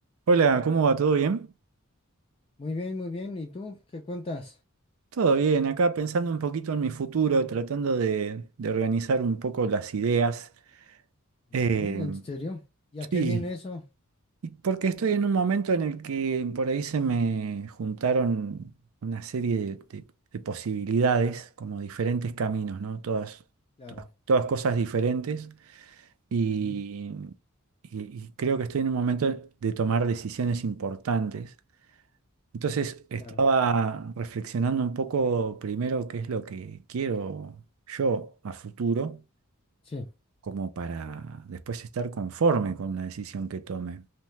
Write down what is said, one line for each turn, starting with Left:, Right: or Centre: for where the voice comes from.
Right: Hola, ¿cómo va? ¿Todo bien?
Left: Muy bien, muy bien. ¿Y tú qué cuentas?
Right: Todo bien, acá pensando un poquito en mi futuro, tratando de, de organizar un poco las ideas.
Left: Ujú,
Right: Eh,
Left: ¿En serio? ¿Y a qué
Right: sí,
Left: viene eso?
Right: y porque estoy en un momento en el que por ahí se me juntaron una serie de, de- de posibilidades, como diferentes caminos, ¿no? Todas,
Left: Claro,
Right: todas, todas cosas diferentes y,
Left: ujú,
Right: y y creo que estoy en un momento de tomar decisiones importantes. Entonces estaba
Left: claro,
Right: reflexionando un poco primero qué es lo que quiero yo a futuro,
Left: sí.
Right: como para después estar conforme con la decisión que tome.